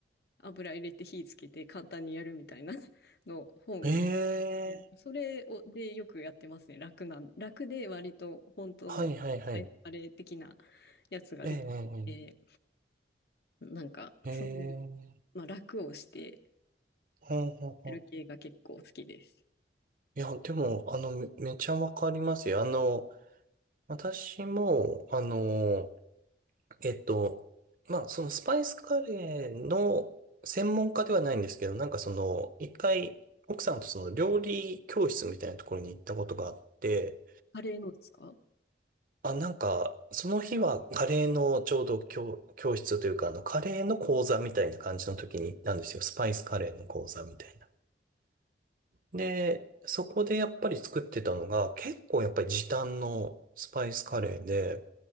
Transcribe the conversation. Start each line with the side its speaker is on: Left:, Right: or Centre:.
Left: 油入れて火つけて簡単にやるみたいな <laughs> の本。
Right: ええ、
Left: それをでよくやってますね。楽なん、楽で割と本当のスパイスカレー的な
Right: はい、はい、はい。
Left: やつができて。
Right: ええ、
Left: なんか、そういう、
Right: ええ、ええ
Left: まあ、楽をして
Right: ほんほんほん
Left: やる系が結構好きです。
Right: いや、でも、あの、め、めちゃわかりますよ。あの、私も、あの、えっと、まあ、そのスパイスカレーの専門家ではないんですけど、なんかその、一回、奥さんとその料理教室みたいなところに行ったことがあって、
Left: カレーのですか
Right: あ、なんか、その日はカレーのちょうど教、教室というか、あの、カレーの講座みたいな感じの時に行ったんですよ。スパイスカレーの講座みたいな。で、そこでやっぱり作ってたのが、結構やっぱり時短のスパイスカレーで、